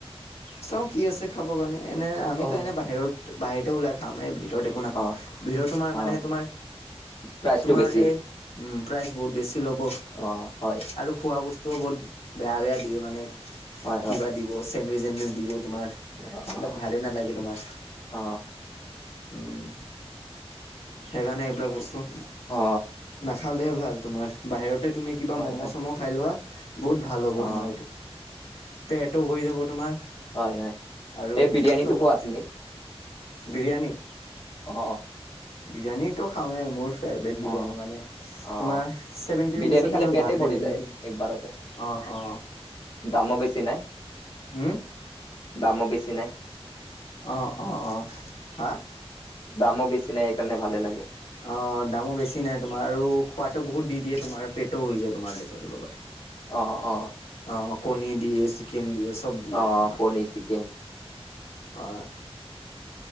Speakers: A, on the left; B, on the left.
A: চাও কি আছে খাব কাৰণে, এনে আমিতো
B: অ
A: এনে বাহিৰৰ- বাহিৰতে ওলাগ- খাওঁ, ভিতৰত একো নাখাওঁ
B: অ
A: ভিতৰত তোমাৰ
B: হয়
A: মানে তোমাৰ
B: প্ৰাইচটো
A: তোমাৰ
B: বেছি
A: এই - উম, প্ৰাইচ বহুত বেছি ল'ব,
B: অ হয়
A: আৰু খোৱা বস্তুও বহুত বেয়া বেয়া দিয়ে মানে।
B: হয়
A: কিবা
B: হয়
A: দিব চেণ্ডউইচ চেণ্ডউইচ দিব তোমাৰ,
B: অ
A: এইবিলাক
B: অ
A: ভালেই নালাগে তোমাৰ।
B: অ
A: উম, সেইকাৰণে এইবিলাক বস্তু-
B: অ
A: নাখালে ভাল, তোমাৰ বাহিৰতে তুমি কিবা
B: হয়
A: ম'ম'
B: হয়
A: চম' খাই লোৱা। বহুত ভাল হ'ব
B: অ
A: তোমাৰ এইটো, পেটো ভৰি যাব তোমাৰ।
B: হয় হয়
A: আৰু
B: এই বিৰিয়ানীটো
A: লগত
B: খোৱা তুমি?
A: বিৰিয়ানী
B: অ
A: বিৰিয়ানীত' খাওঁৱে মোৰ- বিৰিয়ানী
B: অ
A: মানে
B: অ
A: তোমাৰ চেভেনটি
B: বিৰিয়ানী
A: ৰুপিচত
B: খালে
A: ইমান
B: পেটে
A: ভাল
B: ভৰি
A: বিৰিয়ানী
B: যায়
A: দিয়ে।
B: একবাৰতে
A: অ অ
B: দামো বেছি নাই।
A: হু
B: দামো বেছি নাই
A: অ অ অ হা
B: দামো বেছি নাই এইকাৰণে ভালে লাগে।
A: অ', দামো বেছি নাই তোমাৰ আৰু খোৱাটো বহুত দি দিয়ে তোমাৰ পেটও ভৰি যায় তোমাৰ লগত। <inaudible>
B: অ' অ'
A: অ', কণী দিয়ে চিকেন দিয়ে চব দিয়ে
B: অ
A: তোমাৰ,
B: কণী চিকেন
A: হয়